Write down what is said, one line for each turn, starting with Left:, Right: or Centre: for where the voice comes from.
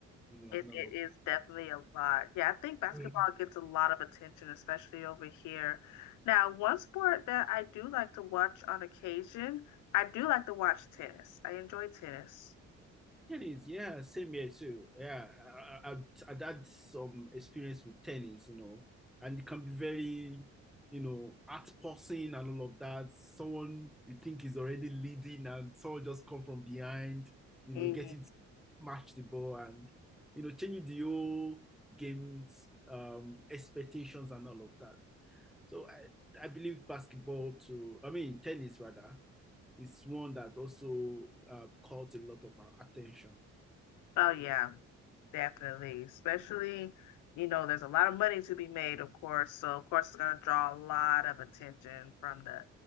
Centre: you know,
Left: It,
Centre: and all
Left: it is definitely a lot. Yeah, I think basketball
Centre: of
Left: gets a lot of attention, especially over here. Now, one sport that I do like to watch on occasion, I do like to watch tennis. I enjoy tennis.
Centre: Tennis, yeah, same here too. Yeah, I, I, I I'd had some experience with tennis, you know, and it can be very, you know, heart-pulsing and all of that. Someone you think is already leading and someone just come from behind, you
Left: hmm
Centre: know, getting to smash the ball and, you know, changing the whole game's um, expectations and all of that. So I, I believe basketball to, I mean, tennis rather. It's one that also uh, caught a lot of our attention.
Left: Oh, yeah. Definitely, especially, you know, there's a lot of money to be made, of course. So, of course, it's going to draw a lot of attention from the